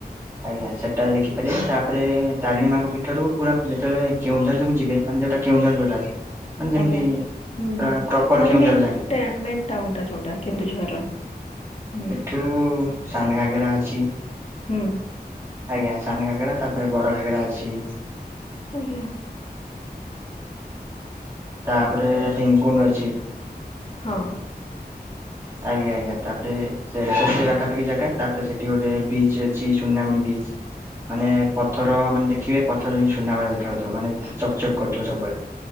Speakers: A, on the right; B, on the left.
A: ଆଜ୍ଞା ସେଟାରେ ଦେଖିପାରିବେ ତାପରେ ତାରିଣୀ ମାଙ୍କ ପୀଠରୁ ପୁରା ଯେତେବେଳେ କେଉଁଝର ଯୋଉ ଯିବେ ମାନେ ଯୋଉଟା- କେଉଁଝର ଯୋଉଟା। ମାନେ ଯେମିତି
B: ଆଜ୍ଞା ହୁଁ
A: ପୁରା
B: ହୁଁ
A: ପ୍ରପର
B: ମାନେ
A: କେଉଁଝର
B: ମେନ୍
A: ଯାଆନ୍ତି
B: ଟ୍ରାମେଣ୍ଟ- ଟାଉନ ଟା ଯୋଉଟା କେନ୍ଦୁଝର ହୁଁ।
A: ଟୁ ସାନ ଘାଗରା ଅଛି
B: ହୁଁ
A: ଆଜ୍ଞା। ସାନ ଘାଗେରା ତାପରେ ବଡ଼ ଘାଗେରା ଅଛି।
B: ଆଜ୍ଞା।
A: ତାପରେ ଭୀମକୁଣ୍ଡ ଅଛି।
B: ହଁ।
A: ଆଜ୍ଞା ଆଜ୍ଞା ତାପରେ- ସେଇଟା ତ ଜାଗା ଟ୍ରାଫିକ୍ ଜାଗା ତାପରେ ସେଠି ଗୋଟେ ବିଚ୍ ଅଛି ସୁନାମୁଣି ବିଚ୍ ମାନେ ପଥର ମାନେ ଦେଖିବେ ପଥର ଯେମିତି ସୁନା ଭଳିଆ ଦେଖାଯାଉଥିବ ମାନେ- ଚକ୍ ଚକ୍ କରୁଥିବ ସବୁବେଳେ।